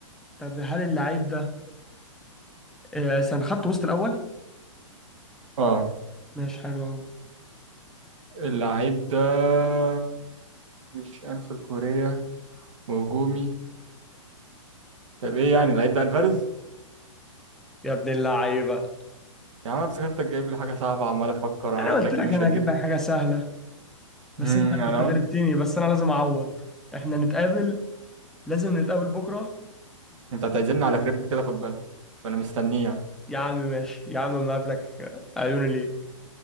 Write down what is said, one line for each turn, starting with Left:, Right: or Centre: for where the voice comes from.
Centre: طب هل اللعيب ده آه، كان خط وسط الاول
Right: اه
Centre: ماشي حلو قوي
Right: اللعيب ده مش شمال كوريا وهجومي طب ايه يعني اللعيب ده الفارز
Centre: يا ابن اللعيبة
Right: يا عم أنا افتكرتك جايب لي حاجه صعبه عمال افكر انا
Centre: انا
Right: قلت
Centre: قلت
Right: اكيد
Centre: لك
Right: مش
Centre: انا
Right: هتجيب
Centre: هجيب لك حاجة سهلة بس
Right: امم
Centre: انت
Right: انا
Centre: انت غلبتني
Right: قلت
Centre: بس انا لازم اعوض احنا نتقابل لازم نتقابل بكرة
Right: انت هتعزمني على كريب كده خد بالك فانا مستنيه يعني
Centre: يا عم ماشي يا عم ما قابلك عيوني ليك